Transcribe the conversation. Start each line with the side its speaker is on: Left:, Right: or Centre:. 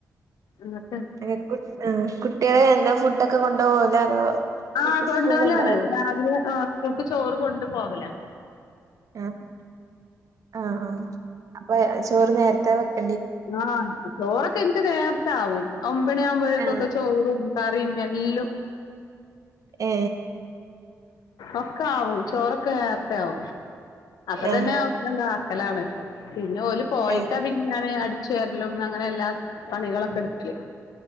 Left: അതൊക്കെ
Right: ഏ കുട് ആ കുട്ടിഎള് എന്ന ഫുഡ്ഡൊ ക്കെ കൊണ്ടാ പോകല് അതോ
Left: ആ
Right: വീട്ട്
Left: കൊണ്ടോലാണ്
Right: സ്കൂളിലുണ്ടാവോ
Left: രാവിലെ ആ സ്കൂൾക്ക് ചോറ് കൊണ്ട് പോവല
Right: <unintelligible> ആ ആ അപ്പെ ചോറ് ന്നേര്ത്തെ വെക്
Left: ആ ചോറൊക്കെ ഇൻക്ക് ന്നേര്ത്താവും ഒമ്പണി ആവുമ്പോഴേക്കൊക്കെ
Right: ആ
Left: ചോറും കൂട്ടാൻ റിം എല്ലും
Right: ഏ
Left: ഒക്കാവും ചോറൊക്കെ ന്നേര്ത്തെ ആവും അപ്പ
Right: ആ
Left: തന്നെ അസ്ബൻ്റ് ആക് ക്കലാണ് പിന്നെ ഓല് പോയിട്ടാ
Right: ഏ
Left: പിന്നെ ഞാന് അട് ച്ചേര്ലും ന്ന അങ്ങനെ എല്ലാ പണികളൊക്കട്ക്കല്